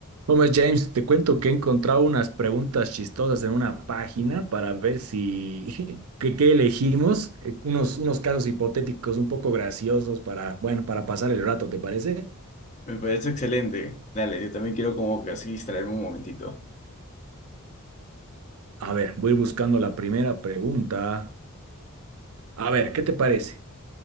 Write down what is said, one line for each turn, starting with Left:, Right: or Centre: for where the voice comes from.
Right: ¿Cómo es, James? Te cuento que he encontrado unas preguntas chistosas en una página para ver si, <laughs> que, qué elegimos, eh, unos, unos casos hipotéticos un poco graciosos para, bueno, para pasar el rato, ¿te parece?
Left: Me parece excelente. Dale, yo también quiero como que así distraerme un momentito.
Right: A ver, voy buscando la primera pregunta. A ver, ¿qué te parece?